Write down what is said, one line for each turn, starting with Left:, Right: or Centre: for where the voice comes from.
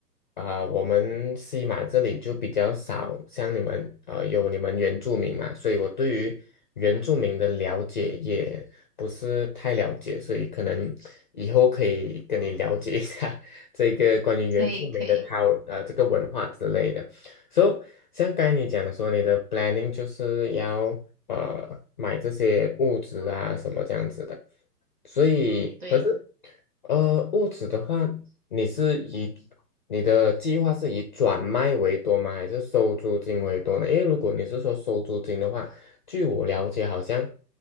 Left: 啊、我们西马这里就比较少像你们啊、有你们原住民嘛，所以我对于原住民的了解也不是太了解，所以可能以后可以跟你了解一下 <laughs> 这个关于原住民的
Right: 可以可以，
Left: c u 呃这个文化之类的。So，像刚才你讲说你的 planning 就是要呃买这些物质啊什么这样子的。所以，
Right: 嗯，对，
Left: 可是呃，物质的话，你是以你的计划是以转卖为多吗？还是收租金为多呢？因为如果你是说收租金的话，据我了解，好像